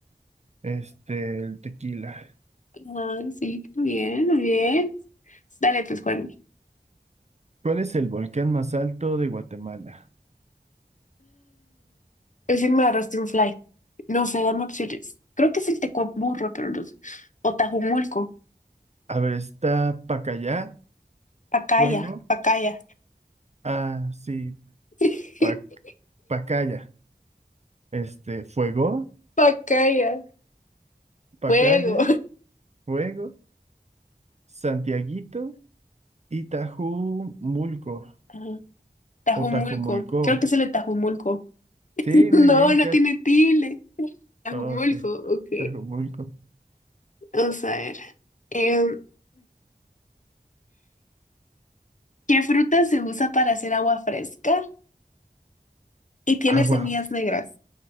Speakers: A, on the right; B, on the left.
A: Este, el tequila.
B: Ah, sí, qué bien, muy bien. Dale, pues, Juan.
A: ¿Cuál es el volcán más alto de Guatemala?
B: Recién me agarraste un fly. No sé, dame opciones. Creo que es el Tecuaburro, pero no sé. O Tajumulco.
A: A ver, está Pacayá,
B: Pacaya,
A: Fuego.
B: Pacaya.
A: Ah, sí,
B: <laughs>
A: Pa- Pacaya. Este, Fuego,
B: Pacaya,
A: Pacaya,
B: fuego.
A: Fuego, Santiaguito y Mulco
B: Ajá, Tajumulco.
A: O Tajumulco.
B: Creo que es el de Tajumulco. <laughs>
A: Sí, muy
B: No,
A: bien,
B: no
A: Kat.
B: tiene tilde. Tajumulco,
A: Oh, ok.
B: ok.
A: Tajumulco.
B: Vamos a ver. Em, ¿qué fruta se usa para hacer agua fresca y tiene
A: Agua.
B: semillas
A: f-
B: negras?